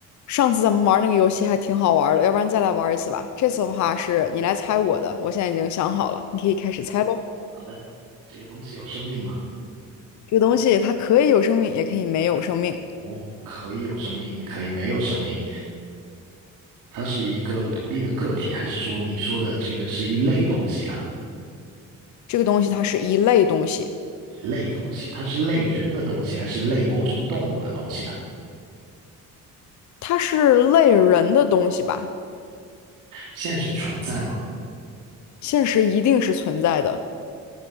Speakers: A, on the left; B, on the right.
A: 上次咱们玩那个游戏还挺好玩的，要不然再来玩一次吧。这次的话是你来猜我的，我现在已经想好了，你可以开始猜喽。
B: 好的，这个东西有生命吗？
A: 这个东西它可以有生命，也可以没有生命。
B: 哦，可以有生命，也可以没有生命。它是一个独立的个体，还是说你说的这个是一类东西呢？
A: 这个东西它是一类东西，
B: 一类东西，它是类人的东西，还是类某种动物的东西呢？
A: 它是类人的东西吧？
B: 现实存在吗？
A: 现实一定是存在的，